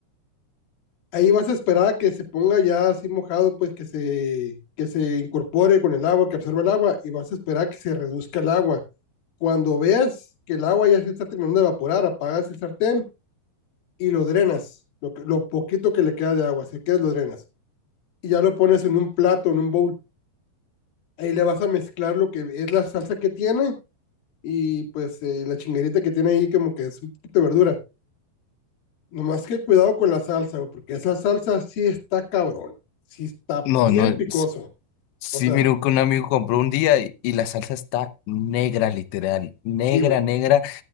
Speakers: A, on the left; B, on the left.
A: Ahí vas a esperar a que se ponga ya así mojado, pues que se, que se incorpore con el agua, que absorba el agua, y vas a esperar a que se reduzca el agua. Cuando veas que el agua ya se está terminando de evaporar, apagas el sartén y lo drenas, lo, que- lo poquito que le queda de agua, si quieres lo drenas. Y ya lo pones en un plato, en un bowl. Ahí le vas a mezclar lo que es la salsa que tiene y pues eh, la chinguerita que tiene ahí como que es un poquito de verdura. Nomás que cuidado con la salsa, güey, porque esa salsa sí está cabrón. Sí está
B: No,
A: bien
B: no.
A: picoso.
B: Sí,
A: O sea,
B: miró que un amigo compró un día y, y la salsa está negra, literal, negra,
A: sí, güey.
B: negra,